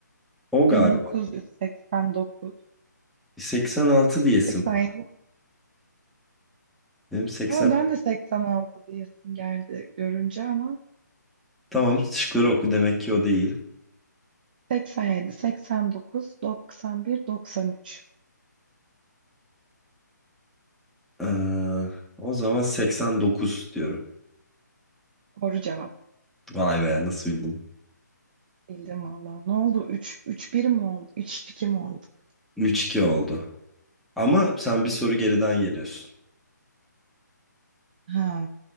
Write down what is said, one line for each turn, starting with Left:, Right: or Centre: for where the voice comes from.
Centre: O galiba.
Right: 1989,
Centre: 86 diyesim
Right: 87.
Centre: var. Benim 80.
Right: Ha, ben de 86 diyesim geldi görünce ama
Centre: Tamam şıkları oku demek ki o değil.
Right: 87, 89, 91, 93.
Centre: Ee, o zaman 89 diyorum.
Right: Doğru cevap.
Centre: Vay be nasıl bildim.
Right: Bildim valla. Ne oldu? 3, 3-1 mi oldu? 3-2 mi olduk?
Centre: 3-2 oldu. Ama sen bir soru geriden geliyorsun.
Right: Ha.